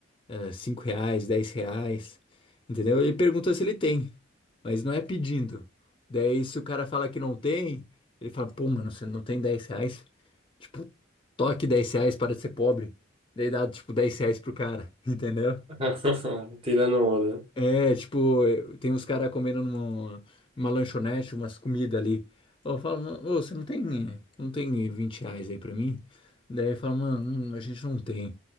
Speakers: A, on the left; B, on the right.
A: eh, cinco reais, dez reais, entendeu? Ele pergunta se ele tem, mas não é pedindo. Daí, se o cara fala que não tem, ele fala, pô, mano, você não tem dez reais? Tipo, toque dez reais para de ser pobre. Daí dá, tipo, dez reais pro cara, <laughs> entendeu?
B: <laughs> Tirando onda, né?
A: É, tipo, eh, tem uns caras comendo numa, numa lanchonete, umas comidas ali. Eu falo, mano, ô, você não tem, não tem 20 reais aí pra mim? Daí fala, mano, hum, a gente não tem.